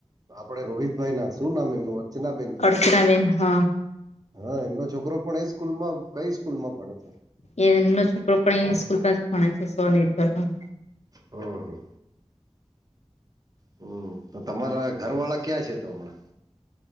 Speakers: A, on the right (about 35°); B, on the left (about 80°).
A: આપડે રોહિતભાઈ ના શું નામ એમનુંર્ અર્ચના બેેન કરીરી
B: અર્ચનાબેન હા
A: હા એમનો છોકરો પણ એ સ્કૂલમાં કઈ સ્કૂલમાં ભણે છે
B: એ એમનો છોકરો પણ એ સ્કૂલ જ ભણે છે સ્વનિર્ભરમાં
A: હમ હા હમ તો તમારા ઘર વાળા ક્યાં છે તો હમણાં